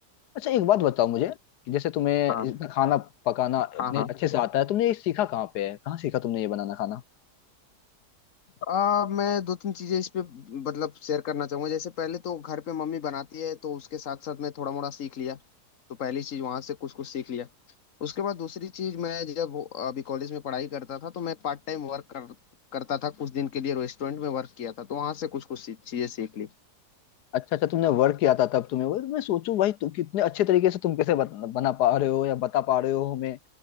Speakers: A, on the left (about 80°); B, on the left (about 55°).
A: अच्छा एक बात बताओ मुझे कि जैसे तुम्हें
B: हाँ
A: इतना खाना पकाना
B: हाँ
A: इतने
B: हाँ
A: अच्छे से आता है तुमने ये सीखा कहाँ पे है कहाँ सीखा तुमने ये बनाना खाना
B: आ, मैं दो तीन चीजें इस पे मतलब शेयर करना चाहूंगा जैसे पहले तो घर पे मम्मी बनाती है तो उसके साथ साथ मैं थोड़ा मोड़ा सीख लिया तो पहली चीज वहां से कुछ कुछ सीख लिया उसके बाद दूसरी चीज मैं जब अभी कॉलेज में पढ़ाई करता था तो मैं पार्ट टाइम वर्क कर, करता था कुछ दिन के लिए रेस्टोरेंट में वर्क किया था तो वहां से कुछ कुछ चीजें सीख ली
A: अच्छा अच्छा तुमने वर्क किया था तब तुम्हें वो मैं सोचूं भाई तुम कितने अच्छे तरीके से तुम कैसे बत, बना पा रहे हो या बता पा रहे हो हमें